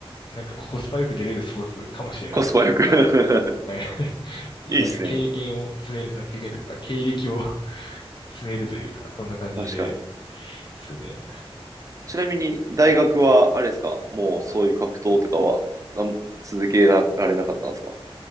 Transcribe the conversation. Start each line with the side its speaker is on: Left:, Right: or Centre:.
Left: なんかコスパよく出れるスポーツかもしれないです。
Right: コスパよく <laughs>
Left: はい。<laughs>
Right: いいですね。
Left: なんか経験を詰める、なんか経験というか経歴を <laughs> 詰めるというか、そんな感じでで
Right: 確かに。
Left: すね。
Right: ちなみに、大学は、あれですかもうそういう格闘とかは、あん続けられなかったんですか